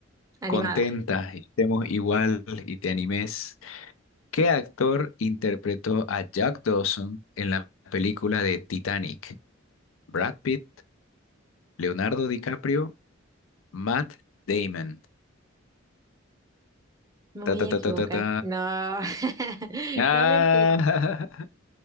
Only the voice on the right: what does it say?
animada.
Me voy
a
equivocar.
No, <laughs>
no mentira.